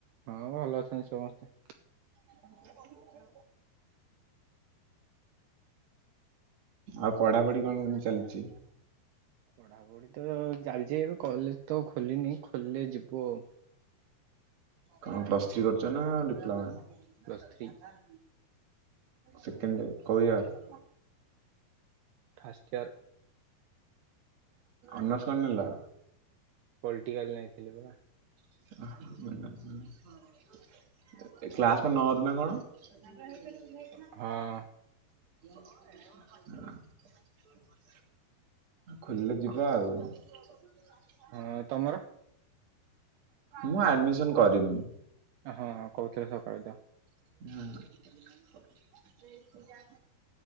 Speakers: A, on the right; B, on the right.
A: ହଁ ଭଲ ଅଛନ୍ତି ସମସ୍ତେ।
B: <inaudible> ଆଉ ପଢାପଢି କଣ କେମିତି ଚାଲିଛି?
A: ପଢାପଢ଼ି ତ ଚାଲିଛି ଏବେ କଲେଜ୍ ତ ଖୋଲିନି ଖୋଲିଲେ ଯିବୁ ଆଉ।
B: କଣ ପ୍ଲସ୍ ଥ୍ରୀ କରୁଛ ନାଁ ଡିପ୍ଲୋମା?
A: ପ୍ଲସ୍ ଥ୍ରୀ
B: ସେକେଣ୍ଡ କୋଉ ଇଅର୍? <inaudible>
A: ଫାଷ୍ଟ ଇୟର
B: ଅନର୍ସ କଣ ନେଲ?
A: ପଲିଟିକାଲ ନେଇଥିଲି ପା।
B: <unintelligible> କ୍ଲାସ ପା ନରୁୁ ନା କଣ?
A: ହଁ।
B: <unintelligible> ଖୋଲିଲେ ଯିବା ଆଉ। <unintelligible>
A: ହଁ ତମର?
B: ମୁଁ ଆଡମିସନ କରିନି।
A: ହଁ ହଁ କହୁଥିଲେ ସକାଳୁ ତ।
B: ହୁଁ।